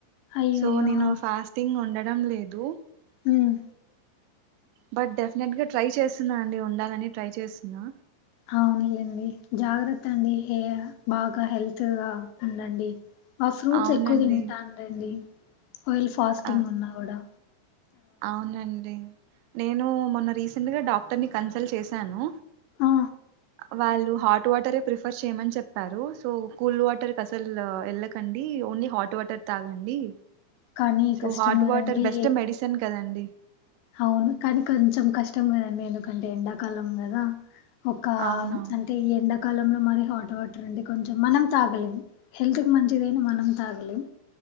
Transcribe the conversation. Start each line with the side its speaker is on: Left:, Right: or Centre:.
Left: అయ్యయ్యో!
Right: సో నేను
Left: అవునా!
Right: ఫాస్టింగ్ ఉండ రమ్ లేదు
Left: ఉమ్
Right: బట్ డెఫినెట్ గా ట్రై చేస్తున్నా అండి ఉండాలని ట్రై చేస్తున్నా
Left: అవునులేండి జాగ్రత్త అండి హే బాగా హెల్త్గా ఉండండి ఆ ఫ్రూట్స్
Right: అవునండి
Left: ఎక్కువ తింటానండి ఆయిల్ ఫాస్టింగ్
Right: అ
Left: ఉన్నా కూడా
Right: అవునండి నేను మొన్న రీసెంట్ గా డాక్టర్ ని కన్సల్ట్ చేశాను.
Left: ఆ!
Right: వాళ్ళు హాట్ వాటరే ప్రిఫర్ చేయమని చెప్పారు. సో కూల్ వాటర్కు అసలు వెళ్ళకండి ఓన్లీ హాట్ వాటర్ తాగండి.
Left: కానీ
Right: సో
Left: కష్టం
Right: హాట్
Left: కదండీ.
Right: వాటర్ బెస్ట్ మెడిసిన్ కదండి.
Left: అవును కానీ కొంచెం కష్టం కదా అండి. ఎందుకంటే ఎండాకాలం కదా. ఒక
Right: అవునవును
Left: అంటే ఈ ఎండకు కాలంలో మరి హాట్ వాటర్ అంటే కొంచెం మనం తాగలేం హెల్త్ కి మంచిదైనా మనం తాగలేం.